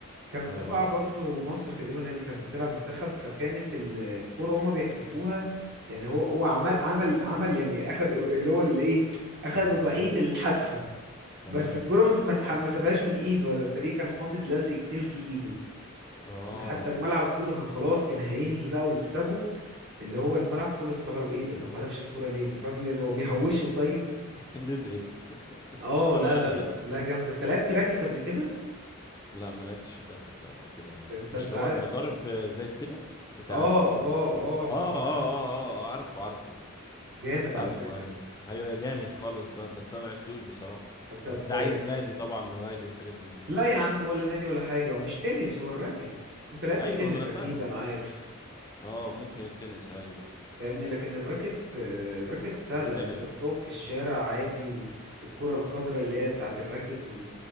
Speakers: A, on the right (about 55°); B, on the left (about 15°).
A: كان
B: اه
A: تبع برضه مصر تقريبا هي اللي كانت بتلعب منتخب فكانت الكرة هما بيحدفوها يعني هو هو عمل عمل عمل يعني اخد اللي هو الايه اخد وضعية
B: الايه
A: الحدفة
B: تمام
A: بس الكرة ما ما اتح- ما سابهاش من ايده ولا التاني كان حاطط لزق كتير في ايده
B: اه
A: يعني حتى الملعب كله كان خلاص كان هينهي بقى ويكسبوا اللي هو الملعب كله استغرب ايه ده ده ما حدفش الكوره ليه ده فاهم إيه ده هو بيهوشوا طيب
B: <laughs> لزقت
A: اه
B: الكرة
A: لا
B: لزقت
A: لا لا لا جامده انت لعبت راكت قبل كده
B: لا ما لعبتش الراكت ده قبل كده انا
A: انت
B: مش
A: انت
B: اللي
A: عارف
B: هو المضارب زي التنس بتاع
A: اه
B: ال اه
A: اه
B: اه
A: اه
B: اه اه آه، عارفه عارفه
A: جامد
B: عارفه
A: على فكره
B: ايوه ايوه ده جامد خالص ده بس انا ما لعبتوش بصراحة
A: انت طب
B: بس ده عايز نادي طبعا نوادي وحاجات زي كده
A: لا يا عم ولا نادي ولا حاجه ومش تنس هو الراكت انت لعبت
B: ايوه
A: تنس
B: ما انا
A: اكيد
B: فاهم
A: انا عارف
B: اه ممكن التنس ايوه
A: فاهمني لكن الراكت آه، الراكت سهلة
B: مختلف
A: انت بتقف في الشارع عادي و... والكرة الخضراء اللي هي بتاعت الراكت و...